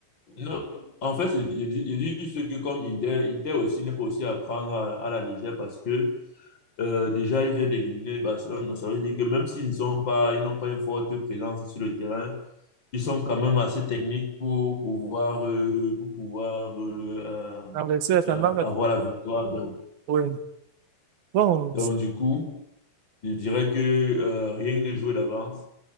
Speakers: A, on the left; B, on the right.
A: Non, en fait, je, je dis je dis juste que comme Inter, Inter aussi n'est pas aussi à prendre à, à la légère parce que euh, déjà, ils viennent d'éliminer Barcelone. Donc, ça veut dire que même s'ils ne sont pas, ils n'ont pas une forte présence sur le terrain, ils sont quand même assez techniques pour pouvoir, euh, pour pouvoir euh, euh,
B: Renverser la
A: euh,
B: tendance.
A: avoir la victoire. Donc,
B: Oui. Bon,
A: donc, du coup, je dirais que euh, rien n'est joué d'avance.